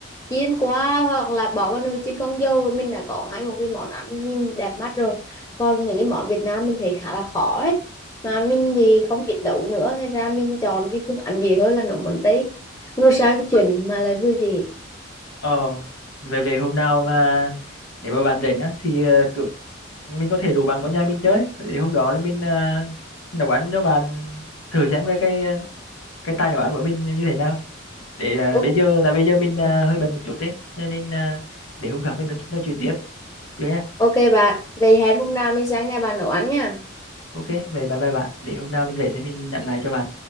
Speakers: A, on the left; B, on the left.
A: chiên qua hoặc là bỏ vào nồi chiên không dầu mình đã có ngay một cái món ăn nhìn đẹp mắt rồi còn những cái món Việt Nam mình thấy khá là khó đấy mà mình thì không biết nấu nữa nên ra mình chọn cái phương án gì hơn là nấu món Tây vừa sang chỉnh mà lại vừa dễ
B: Ờ, về về hôm nào mà nếu mà bạn rảnh á thì ờ, cứ- mình có thể rủ bạn qua nhà mình chơi. Thì hôm đó là mình ờ, nấu ăn cho bạn thử xem cái cái ờ, cái tay nấu ăn của mình như thế nào. Để là
A: Ừ,
B: bây giờ tại bây giờ mình ờ,
A: à,
B: hơi bận một chút đấy, cho nên ờ, để hôm khác mình nói, nói chuyện tiếp. Được nha.
A: Ok bạn, vậy hẹn hôm nào mình sang nhà bạn nấu ăn nha.
B: Ok, vậy bye bye bạn. Để hôm nào mình rảnh thì mình nhận lại cho bạn.